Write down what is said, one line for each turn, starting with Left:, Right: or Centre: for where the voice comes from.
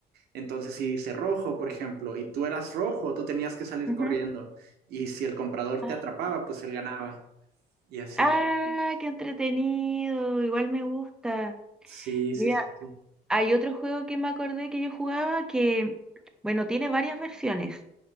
Right: entonces, si dice rojo, por ejemplo, y tú eras rojo, tú tenías que salir
Centre: ujú.
Right: corriendo. Y si el comprador
Centre: Ah,
Right: te atrapaba, pues él ganaba. Y así.
Centre: Ah, qué entretenido, igual me gusta.
Right: Sí,
Centre: Mira,
Right: sí, sí. sí.
Centre: Hay otro juego que me acordé que yo jugaba que, bueno, tiene varias versiones,